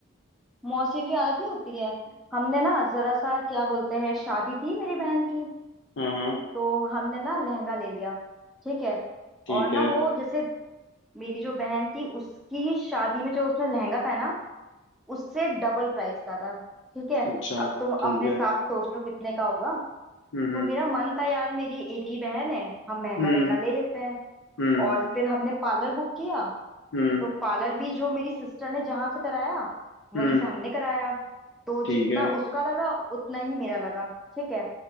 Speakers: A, in the centre; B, on the left.
A: मौसियों की आदत नहीं होती है हमने ना जरा सा क्या बोलते हैं शादी थी मेरी बहन की
B: हाँ हाँ
A: तो हमने ना लहंगा ले लिया ठीक है
B: ठीक
A: और ना
B: है
A: वो जैसे मेरी जो बहन थी उसकी शादी में जो उसने लहंगा पहना उससे डबल प्राइस का था ठीक है
B: अच्छा
A: अब तुम
B: ठीक
A: अपने
B: है
A: हिसाब से सोच लो कितने का होगा
B: हम्म
A: तो मेरा मन था यार मेरी एक ही बहन है हम महंगा
B: हम्म
A: लहंगा ले लेते हैं
B: हम्म
A: और फिर हमने पार्लर बुक किया
B: हम्म हम्म
A: तो पार्लर भी जो मेरी सिस्टर ने जहां से कराया वहीं
B: हम्म,
A: से हमने कराया तो
B: ठीक
A: जितना
B: है
A: उसका लगा उतना ही मेरा लगा ठीक है